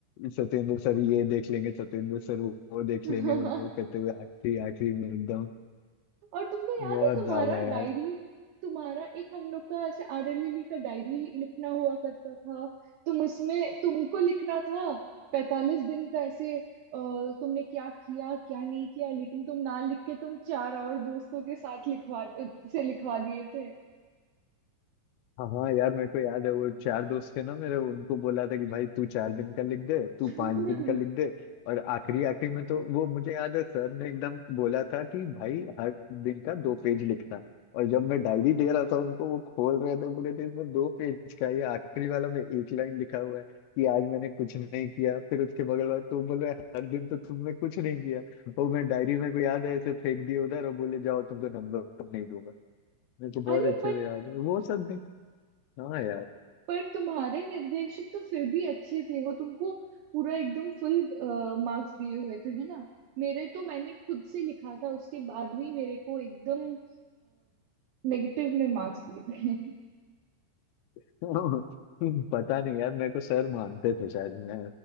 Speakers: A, on the left; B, on the right.
A: सत्येंद्र सर ये देख लेंगे सत्येंद्र सर वो वो देख
B: <laughs>
A: लेंगे वो करते हुए आखिरी आखिरी में एकदम
B: और तुमको
A: बहुत
B: याद है तुम्हारा
A: ज्यादा यार
B: डायरी तुम्हारा एक हम लोग का ऐसे आर एल एल का डायरी लिखना हुआ करता था तुम उसमें तुमको लिखना था पैतालीस दिन का ऐसे अ, तुमने क्या किया क्या नहीं किया लेकिन तुम ना लिख के तुम चार और दोस्तों के साथ लिखवा से लिखवा दिए थे
A: हाँ हाँ यार मेरे को याद है वो चार दोस्त थे ना मेरे उनको बोला था कि भाई तू चार दिन का लिख दे तू
B: <laughs>
A: पांच दिन का लिख दे और आखिरी आखिरी में तो वो मुझे याद है सर ने एकदम बोला था कि भाई हर दिन का दो पेज लिखना और जब मैं डायरी दे रहा था उनको वो खोल रहे थे बोले थे इसमें दो पेज का ये आखिरी वाला में एक लाइन लिखा हुआ है कि आज मैंने कुछ नहीं किया फिर उसके बगल वाला तुम बोल रहे हर दिन तो तुमने कुछ नहीं किया वो मैं डायरी में को याद है ऐसे फेंक दिया उधर और बोले जाओ तुमको नंबर नहीं दूंगा मेरे को
B: अरे
A: बहुत अच्छे
B: हाँ पर
A: से याद है वो सब हाँ यार
B: पर तुम्हारे निर्देशक तो फिर भी अच्छे थे वो तुमको पूरा एकदम फुल मार्क्स दिए हुए थे है ना मेरे तो मैंने खुद से लिखा था उसके बाद भी मेरे को एकदम नेगेटिव में मार्क्स दिए थे
A: <laughs> पता नहीं यार मेरे को सर मानते थे शायद मैं